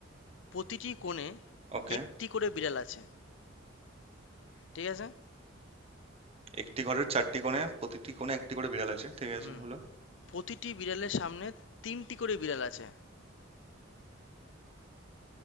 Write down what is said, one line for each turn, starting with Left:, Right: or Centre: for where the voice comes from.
Left: প্রতিটি কোণে
Right: ওকে
Left: একটি করে বিড়াল আছে ঠিক আছে
Right: একটি ঘরের চারটি কোণে প্রতিটি কোণে একটি করে বিড়াল আছে ঠিক আছে
Left: হুম
Right: হলো
Left: প্রতিটি বিড়ালের সামনে তিনটি করে বিড়াল আছে